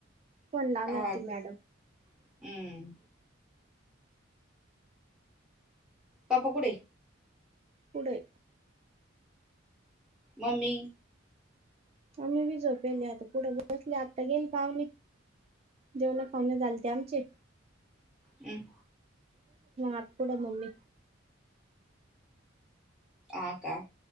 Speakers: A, on the right; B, in the centre.
A: पण लावणार
B: हा
A: ती मॅडम.
B: हम्म पापा कुटे?
A: पुढे.
B: मम्मी?
A: आम्ही वि झोपेली आता पुढं बसले आत्ता गेले पावणे. जेवणा खाऊणे झालते आमचे.
B: हम्म.
A: अपोड मम्मी.
B: आ का.